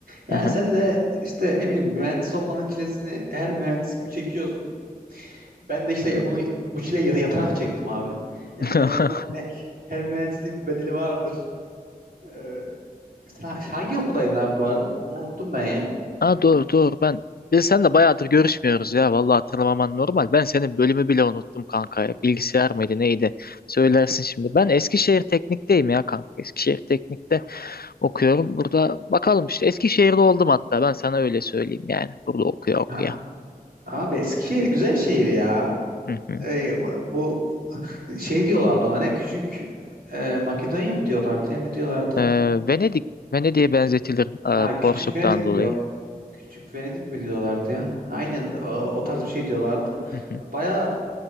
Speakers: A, on the right; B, on the left.
A: yani
B: Hı hı.
A: sen de işte ne bileyim mühendis olmanın çilesini her mühendis gibi çekiyorsun. Ben de işte bunu bu çileyi yata- yatarak çektim abi. Yani
B: <laughs>
A: mühendis olmanın he- her mühendisliğin bir bedeli vardır. Ee, sen ha- hangi okuldaydın abi bu arada? Onu unuttum ben ya.
B: Ha doğru doğru ben biz seninle bayağıdır görüşmüyoruz ya vallahi hatırlamaman normal. Ben senin bölümü bile unuttum kanka ya. Bilgisayar mıydı neydi? Söylersin şimdi. Ben Eskişehir Teknik'teyim ya kanka. Eskişehir Teknik'te okuyorum. Burada bakalım işte Eskişehir'de oldum hatta ben sana öyle söyleyeyim yani. Burada okuya okuya.
A: Ha, abi Eskişehir güzel şehir ya.
B: Hı hı.
A: Ee, bu bu şey diyorlardı ona ne küçük e, Makedonya mı diyorlardı ya ne diyorlardı?
B: Ee, Venedik Venedik'e benzetilir
A: Ha
B: e, Porsuk'tan
A: küçük Venedik mi
B: dolayı.
A: diyor? Küçük Venedik mi diyorlardı ya? Aynen o, o tarz bir şey diyorlardı.
B: Hı hı.
A: Baya